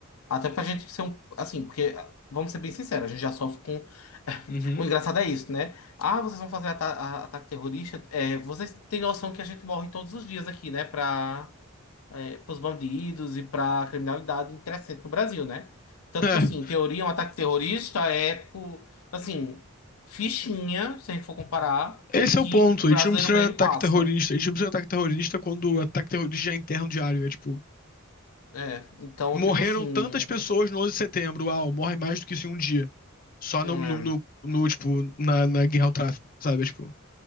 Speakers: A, on the left (about 80°); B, on the left (about 40°).
A: Até pra gente ser um. Assim, porque, vamos ser bem sinceros, a gente já sofre com. <laughs>
B: Uhum.
A: O engraçado é isso, né? Ah, vocês vão fazer ata- a- ataque terrorista. É, vocês têm noção que a gente morre todos os dias aqui, né? Pra, é, pros bandidos e pra criminalidade em crescente no Brasil, né? Então,
B: É.
A: tipo assim, em teoria, um ataque terrorista é, tipo, assim, fichinha, se a gente for comparar,
B: Esse
A: com o que
B: é o ponto.
A: o brasileiro
B: A gente não precisa
A: médio
B: de ataque
A: passa.
B: terrorista. A gente não precisa de ataque terrorista quando o ataque terrorista já é interno diário. É tipo.
A: É, então,
B: Morreram
A: tipo assim.
B: tantas pessoas no 11 de setembro. Uau, morre mais do que isso em um dia. Só
A: hum,
B: no, no, no- no, tipo, na, na guerra ao tráfico, sabe? Tipo.